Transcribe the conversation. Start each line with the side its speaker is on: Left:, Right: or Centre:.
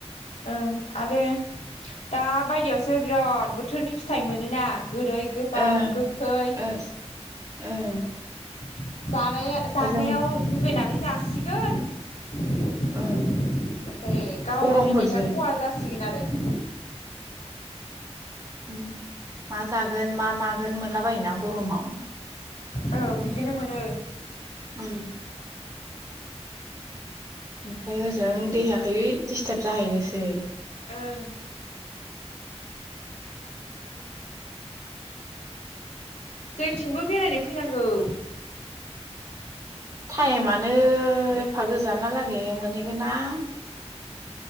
Left: ओं आरो दा बायदियावसो बिराद बोथोरनि फिथाइ मोनोना । गोदै गोबाब
Right: ओं
Left: गोखै ।
Right: ओं ओं
Left: <inaudible> जानाया जानायाव
Right: जों
Left: लुगैनानै । जासिगोन ।
Right: ओं
Left: ओमफ्राय गाव
Right: गरमफोरजों
Left: गावनि देहाया खहा जासिगोन आरो ।
Right: उम्म मा जागोन मा मागोन मोनला बायोना गरमाव?
Left: औ बिदिनो मोनो।
Right: उम ओमफ्राय ओजों देहाखै दिस्टाब जाहैनोसै।
Left: ओं जोंथिंबो बेरायनो फैनांगौ।
Right: टायेमानो फा गोजाना लागै मोनहैगोनना?